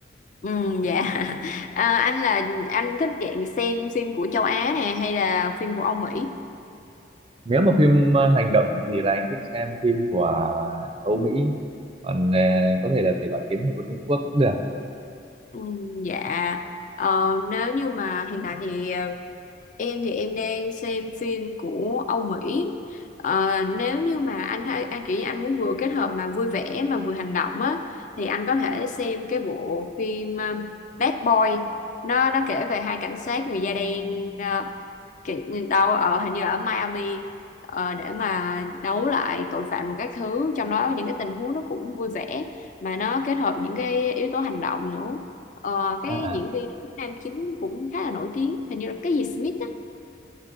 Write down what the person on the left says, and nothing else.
Ừm, dạ <laughs> à, anh là anh thích dạng xem phim của châu Á nè hay là phim của Âu Mỹ
Ừm, dạ Ờ, nếu như mà hiện tại thì ờ, Em thì em đang xem phim của Âu Mỹ. Ờ, nếu như mà anh hay anh kiểu như anh muốn vừa kết hợp mà vui vẻ mà vừa hành động á thì anh có thể xem cái bộ phim ờ, Bad Boy. Nó nó kể về hai cảnh sát người da đen ờ, kiểu đâu ở hình như ở Miami ờ, để mà đấu lại tội phạm một các thứ trong đó những cái tình huống nó cũng vui vẻ mà nó kết hợp những cái yếu tố hành động nữa. Ờ, cái
diễn viên nam chính cũng khá là nổi tiếng hình như là cái gì Smith á